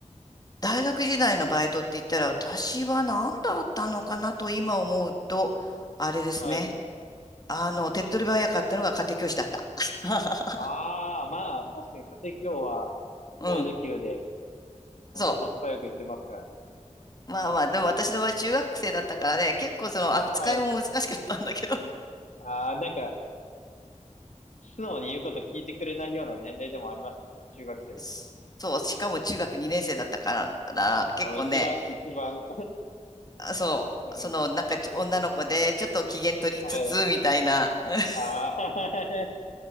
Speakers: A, on the left; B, on the left.
A: 大学時代のバイトって言ったら、私は何だったのかなと今思うと、あれですね。
B: はい。
A: あの、手っ取り早かったのが家庭教師だった。<laughs>
B: ああ、まあ、確かに家庭教は
A: うん。
B: 高時給で、ほんとコスパよくいけますからね。
A: そう。まあまあ、でも私の場合中学生だったからね、結構その扱いも難しかったんだけど、
B: はい。ああ、なんか、素直に言うこと聞いてくれないような年齢でもありますからね、中学生って。
A: <laughs> そう、しかも中学2年生だったからな、
B: あの、
A: 結構ね、
B: 一番、一番、
A: あそう、
B: なんか、
A: そのなんかちょ女の子でちょっと機嫌取りつつみたいな、
B: ではい。
A: <laughs>
B: ああ、<laughs>